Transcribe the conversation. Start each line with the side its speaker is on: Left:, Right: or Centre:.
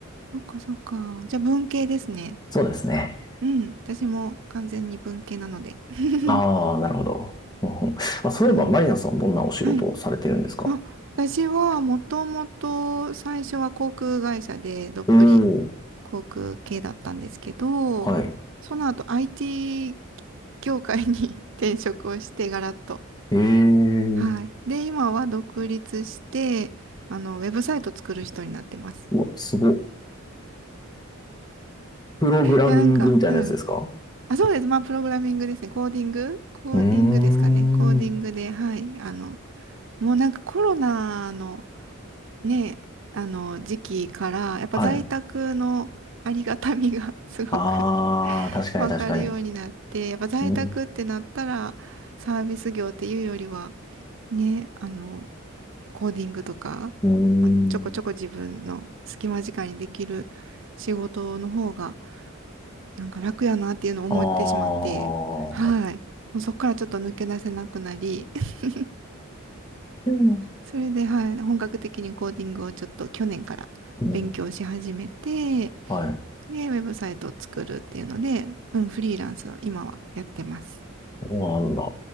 Right: そっか、そっか。じゃあ文系ですね。
Left: そうですね。
Right: うん、私も完全に文系なので。<laughs>
Left: ああ、なるほど。うんうんあ、そういえば、
Right: はい。
Left: マリナさんどんなお仕事をされてるんですかお
Right: はい。あ、私はもともと最初は航空会社でどっぷり
Left: お
Right: 航空系だったんですけど、
Left: ー、はい。
Right: その後 IT 業界に <laughs> 転職をしてガラッと。
Left: ええ
Right: はい。で、今は独立して、あの、ウェブサイト作る人になってます。
Left: うわ、すごっ。プログラミングみたいなやつですか
Right: いや、なんか、うん。あ、そうです。まあ、プログラミングですね。コーディングコーディングですかね。
Left: うーん。
Right: コーディングで、はい。あの、もうなんかコロナのね、あの、時期から、やっぱ在宅のありがたみが
Left: はい。
Right: <laughs> すごく
Left: ああ、
Right: <laughs>
Left: 確かに確かに。
Right: わかるようになって、やっぱ在宅ってなったら、
Left: うん。
Right: サービス業っていうよりは、ね、あの、コーディングとか、
Left: うーん。
Right: まあ、ちょこちょこ自分の隙間時間にできる仕事の方が、なんか楽やなっていうのを思ってしまって、
Left: ああ。
Right: はい。もうそこからちょっと抜け出せなくなり、<laughs>
Left: うん
Right: それで、はい、本格的にコーディングをちょっと去年から勉強し始めて、
Left: うん。はい。
Right: で、ウェブサイトを作るっていうので、うん、フリーランスを今はやってます。
Left: そうなんだ。